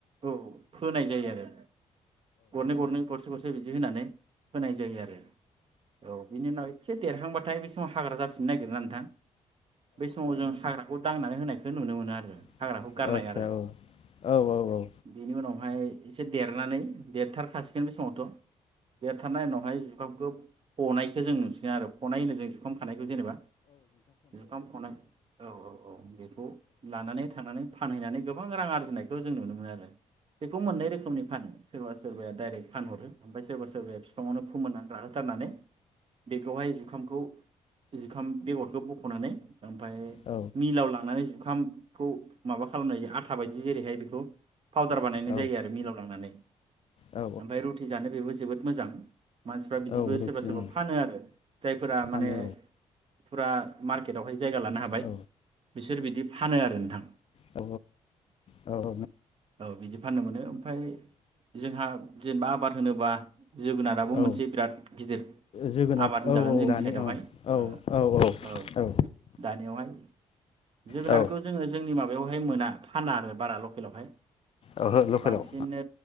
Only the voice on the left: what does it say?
ओ
आदसा
औ औ औ औ
औ
औ
औ
औ रुथि
ओं
फानो
औ
औ औ औ
औ
जोगोनार
औ औ
दानि
औ औ
औ
औ
औ
ओहो लकेलाव